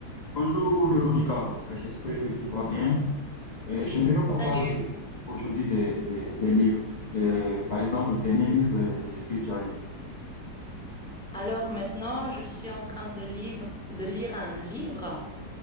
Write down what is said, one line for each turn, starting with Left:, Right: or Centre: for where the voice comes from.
Left: Bonjour Véronica, j'espère que tu vas bien. Euh, J'aimerais qu'on
Centre: Salut.
Left: parle aujourd'hui des, des- des livres. Des- par exemple, le dernier livre euh, que tu as lu.
Centre: Alors maintenant, je suis en train de livre- de lire un livre